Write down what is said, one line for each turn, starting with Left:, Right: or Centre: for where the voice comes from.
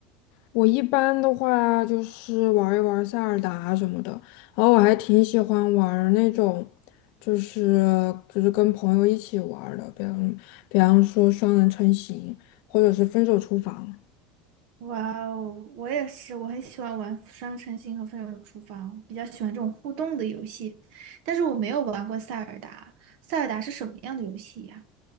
Left: 我一般的话就是玩一玩塞尔达什么的，然后我还挺喜欢玩儿那种，就是就是跟朋友一起玩儿的，比方比方说双人成行，或者是分手厨房。
Right: 哇哦，我也是，我很喜欢玩《双城星》和《分手厨房》，比较喜欢这种互动的游戏。但是我没有玩过《塞尔达》，《塞尔达》是什么样的游戏呀？